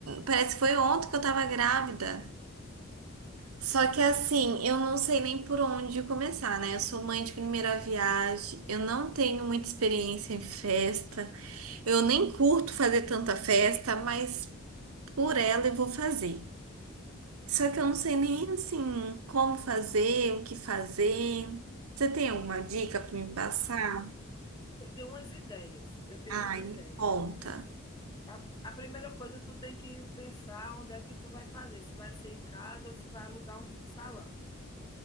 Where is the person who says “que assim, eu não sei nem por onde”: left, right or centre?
Right